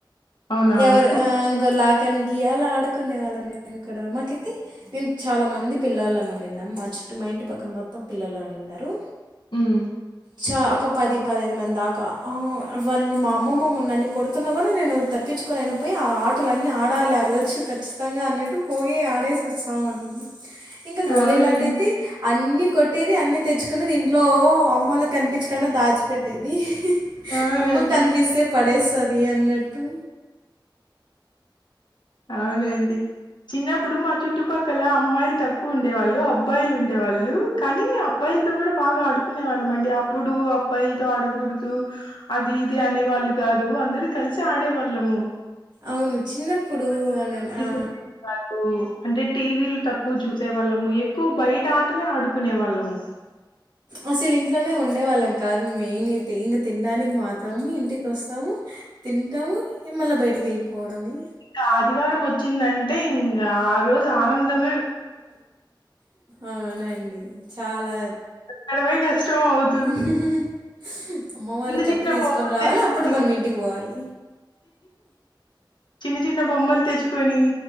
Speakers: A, on the left; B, on the right.
A: అవునవును
B: ఎవరు ఆ ఇంకలాకానికి అలా ఆడుకునే వాళ్ళ మేము ఇక్కడ కైతే మేము చాలా మంది పిల్లలమండిన్నాము మా చుట్టు మా ఇంటి పక్కన మొత్తం పిల్లలు అండిన్నారు
A: హ్మ్
B: చ ఒక పది పది ఐదు మం దాకా అ వాళ్ళని మా అమ్మమ్మమ్ని నన్ని కొడుతున్నా కూడా నేను తప్పించు కోననాపోయి ఆటలు అన్నీ ఆడాలి ఆ రోజు ఖచ్చితంగా అన్నట్టు పోయి ఆడేసి వస్తామున్నా ఇంకా గోలీలాట
A: అవునండి
B: అయితే అన్ని కొట్టేది అన్నీ తెచ్చుకు కునేది ఇంట్లో అమ్మోళ్ళకి కనిపించకుండా దాచిపెట్టెది ది
A: అవునండి
B: అమ్మ కనిపిస్తే పడేస్తది అన్నట్టు
A: అవునండి చిన్నప్పుడు మా చుట్టుపక్కల అమ్మాయిలు తక్కువ ఉండే వాళ్ళు అబ్బాయిలు ఉండేవాళ్ళు కానీ అబ్బాయిలతో కూడా బాగా ఆడుకునే వాళ్ళ మండి అప్పుడు అబ్బాయిల్తో ఆడకూడదు అది ఇది అనే వాళ్ళు కాదు అందరు కలిసి ఆడ కునేవాళ్ళము
B: అవును చిన్నప్పుడు అనిన్ ఆ
A: ఉండేవి కాదు అంటే టీవీలు తక్కువ చూసే వాళ్ళము ఎక్కువ బయట ఆటలే ఆడుకునే వాళ్ళము
B: అసల్ ఇంట్లనే ఉండేవాళ్ళం కాదు మెయిన్ అయితే ఇంక తినడానిక్ మాత్రం ఇంటికి వస్తాము. తింటాము ఇగ మళ్ళ బైటికెళ్ళిపోవడమే
A: ఇంకా ఆదివారం వచ్చిందంటే ఇంగ ఆ రోజ్ ఆనందం
B: అవునండి చాలా
A: ఆడపోయి కష్టం అవుతుంది.
B: అవుతుంది అమ్మ వాళ్ళ
A: చిన్న
B: కట్టి
A: చిన్న
B: తీసుకొని
A: బొమ్మల్
B: రావాలి
A: తెచ్చుకొని
B: అప్పుడు మనం ఇంటికి పోవాలి.
A: చిన్న చిన్న బొమ్మల్ తెచ్చుకొని